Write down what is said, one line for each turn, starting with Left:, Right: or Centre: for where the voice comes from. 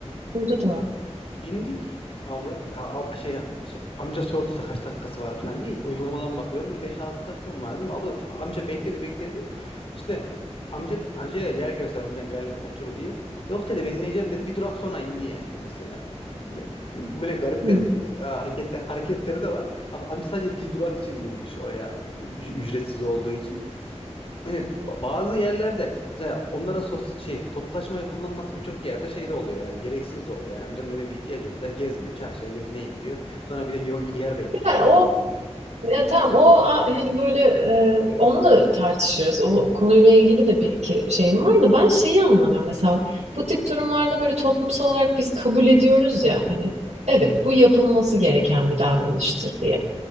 Right: Burada da
Left: Ee,
Right: var.
Left: Bindik abla a- a- şey, şey, amca sordu işte kaç dakikası var falan diye uygulamadan bakıyorum beş 6 dakika mı var dedim. Abla amca bekledi bekledi. İşte amca amcaya yer gösterdim amca gel otur diye. Yok dedi ben ineceğim dedi. Bir durak sonra indi yani mesela. Böyle garip
Right: Hı.
Left: garip e, hareketler hareketleri de var. Ama amca sadece bir durak için binmiş oraya üc- ücretsiz olduğu için. Yani bazı yerlerde mesela onların sos şey toplaşmayı kullanması birçok yerde şey de oluyor yani gereksiz de oluyor. Yani amcanın öyle bir ihtiyacı yok. Mesela gezmeye, çarşıya gezmeye gidiyor. Sonra bir de yo- yer bekliyor
Right: Yani
Left: falan.
Right: o
Left: yani.
Right: Ya tamam o a- hani böyle e, onu da tartışırız. O konuyla ilgili de bir iki şeyim var da ben şeyi anlamıyorum. Mesela bu tip durumlarda böyle toplumsal olarak biz kabul ediyoruz ya hani evet bu yapılması gereken bir davranıştır diye.